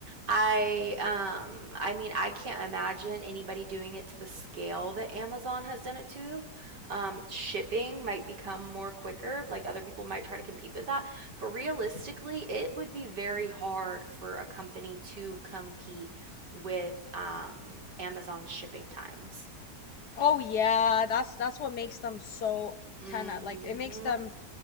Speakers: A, on the right (about 85°); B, on the left (about 70°).
A: I um I mean I can't imagine anybody doing it to the scale that Amazon has done it to. Um, shipping might become more quicker, like other people might try to compete with that, but realistically, it would be very hard for a company to compete with um Amazon's shipping times.
B: Oh yeah, that's that's what makes them so
A: hmm
B: 10 at like it makes them